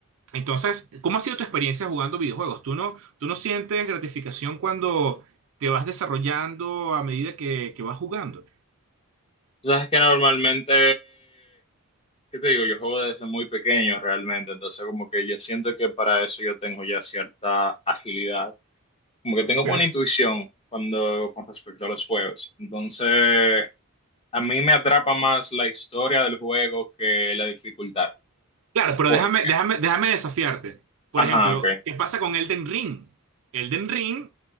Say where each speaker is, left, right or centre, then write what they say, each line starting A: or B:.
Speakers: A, on the right; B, on the left.
A: Entonces, ¿cómo ha sido tu experiencia jugando videojuegos? ¿Tú no, tú no sientes gratificación cuando te vas desarrollando a medida que, que vas jugando?
B: Tú sabes que normalmente, ¿qué te digo? Yo juego desde muy pequeño realmente, entonces como que yo siento que para eso yo tengo ya cierta agilidad. Como que tengo
A: Ok.
B: buena intuición cuando con respecto a los juegos. Entonces, a mí me atrapa más la historia del juego que la dificultad,
A: Claro, pero
B: porque,
A: déjame, déjame, déjame desafiarte. Por
B: ajá,
A: ejemplo,
B: ok.
A: ¿qué pasa con Elden Ring? Elden Ring